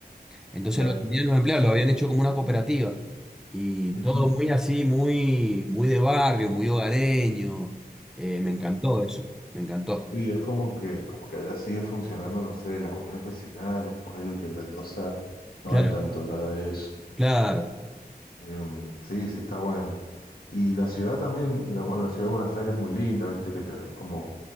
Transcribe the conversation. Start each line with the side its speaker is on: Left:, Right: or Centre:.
Centre: Entonces
Left: claro.
Centre: lo atendían los empleados,
Left: <laughs>
Centre: lo habían hecho como una cooperativa. Y
Left: ujú.
Centre: todo muy así, muy, muy de barrio, muy hogareño. Eh, me encantó eso, me encantó.
Left: Sí, es como que, como que allá sigue funcionando, no sé, las uniones vecinales, ponerle que en Mendoza no
Centre: Claro,
Left: hay tanto ya de eso.
Centre: claro,
Left: Em, sí, sí, está bueno. Y la ciudad también, la, bueno, la ciudad de Buenos Aires es muy linda, viste que tenés como